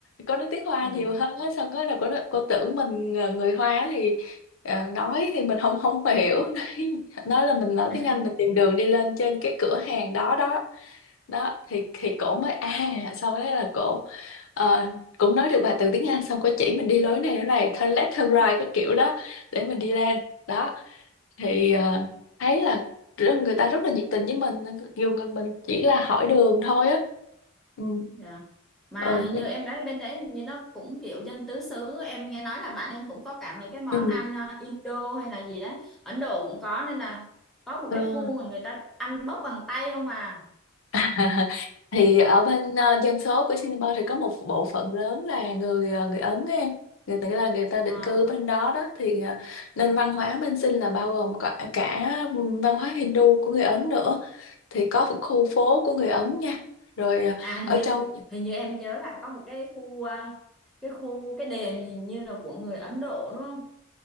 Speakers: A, on the left (about 70°); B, in the centre.
A: cô nói tiếng Hoa
B: ừ,
A: nhiều hơn á xong cái là cô nói, cô tưởng mình là người Hoa thì à, nói thì mình không không hiểu <laughs> nói, nói là mình nói
B: <laughs>
A: tiếng Anh mình tìm đường đi lên trên cái cửa hàng đó đó đó thì thì cổ mới à xong đó là cổ ờ, cũng nói được vài từ tiếng Anh xong cổ chỉ mình đi lối này lối này turn left turn right cái kiểu đó để mình đi lên đó thì ờ, thấy là rất- người ta rất là nhiệt tình với mình nhiều người mình chỉ là hỏi đường thôi á ừ.
B: dạ mà
A: ừ.
B: hình như em đấy bên đấy hình như nó cũng kiểu dân tứ xứ em nghe nói là bạn em cũng có cả mấy cái món
A: ừ.
B: ăn ờ, Indo hay là gì đấy Ấn Độ cũng có nên là có một
A: ừ.
B: cái khu mà người ta ăn bốc bằng tay không mà
A: <laughs> thì ở bên ờ, dân số của Singapore thì có một bộ phận lớn là người ờ, người Ấn ấy. người ta là người ta định
B: ờ
A: cư ở bên đó đó thì ờ, nên văn hóa bên Sing là bao gồm cả, cả văn hóa Hindu của người Ấn nữa thì có khu phố của người Ấn nha rồi ờ,
B: à hình
A: ở
B: như
A: trong
B: hình như em nhớ là có một cái khu ờ, cái khu cái đền hình như là của người Ấn Độ đúng không